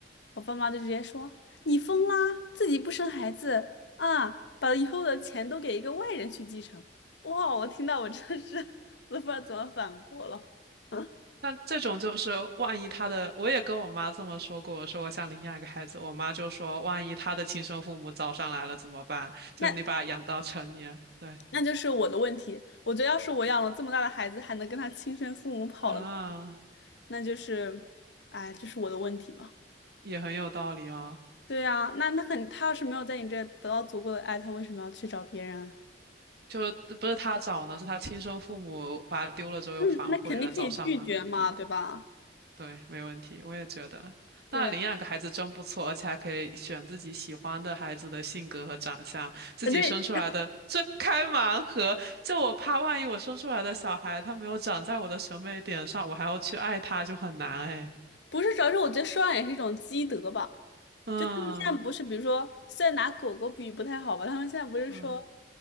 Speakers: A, on the left; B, on the right.
A: 我爸妈就直接说：“你疯啦，自己不生孩子啊，把以后的钱都给一个外人去继承。”哇，我听到我真是 <laughs> 都不知道怎么反驳了。啊，
B: 那这种就是，万一他的，我也跟我妈这么说过，我说我想领养一个孩子，我妈就说，万一他的亲生父母找上来了怎么办？就是你把他养到成年，
A: 那
B: 对
A: 那就是我的问题。我觉得要是我养了这么大的孩子，还能跟他亲生父母跑了，
B: 啊，
A: 那就是，哎，这是我的问题嘛？
B: 也很有道理啊。
A: 对呀，那那肯，他要是没有在你这得到足够的爱，他为什么要去找别人？
B: 就不是他找的，是他亲生父母把他丢了之后又反悔了，
A: 嗯，那肯定可以拒绝嘛，
B: 找上门来，对吧？
A: 对吧？
B: 对，没问题，我也觉得。
A: 对啊，
B: 那领养个孩子真不错，而且还可以选自己喜欢的孩子的性格和长相，自己生出来的这开盲盒。
A: 呃对，
B: 就我怕万一我生出来的小孩他没有长在我的审美点上，我还要去爱他就很难哎。
A: 不是主要是我觉得收养也是一种积德吧。
B: 嗯
A: 就他们现在不是，比如说，虽然拿狗狗比喻不太好吧，他们现在不是说，
B: 嗯，